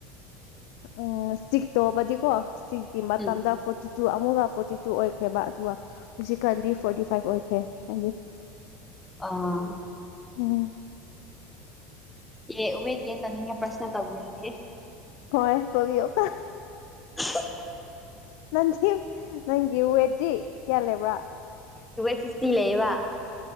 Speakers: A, on the left; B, in the centre.
A: ꯎꯝ ꯁꯤ ꯇꯣꯕꯗꯤꯀꯣ ꯁꯤꯀꯤ ꯃꯇꯝꯗ
B: ꯎꯝ
A: ꯐꯣꯔꯇꯤ ꯇꯨ ꯑꯃꯨꯒ ꯐꯣꯔꯇꯤ ꯇꯨ ꯑꯣꯏꯈ꯭ꯔꯦꯕ ꯑꯗꯨꯒ ꯍꯧꯨꯖꯤꯛꯀꯥꯟꯗꯤ ꯐꯣꯔꯇꯤ ꯐꯥꯏꯚ ꯑꯣꯏꯈ꯭ꯔꯦ ꯍꯥꯏꯅꯤ
B: ꯑꯥ
A: ꯎꯝ
B: ꯑꯦ ꯎꯋꯦꯗꯒꯦꯦꯟꯟꯅꯤꯡ ꯄꯔꯁꯅꯦꯜ ꯇꯧꯤꯦ
A: ꯍꯣꯏ ꯇꯕꯤ ꯑꯣ
B: ꯍ
A: ꯅꯪ ꯅꯪꯒꯤ ꯍꯋꯦꯠꯇꯤ ꯀꯌꯥꯦꯜꯦꯕ꯭ꯔꯥ
B: ꯁꯁꯇꯤ ꯂꯩꯌꯦꯕ